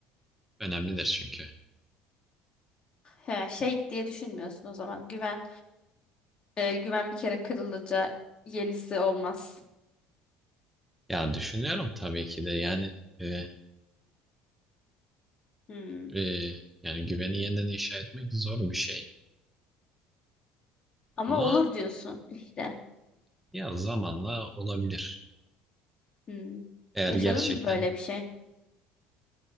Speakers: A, in the centre; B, on the left (about 40°).
A: Önemlidir çünkü.
B: He, şey diye düşünmüyorsun o zaman. Güven e, güven bir kere kırılınca yenisi olmaz.
A: Ya düşünüyorum tabii ki de yani e,
B: Hmm.
A: e, yani güveni yeniden inşa etmek zor bir şey
B: Ama
A: ama
B: olur diyorsun işte.
A: ya zamanla olabilir.
B: Hmm.
A: Eğer
B: Yaşadın
A: gerçekten
B: mı böyle bir şey?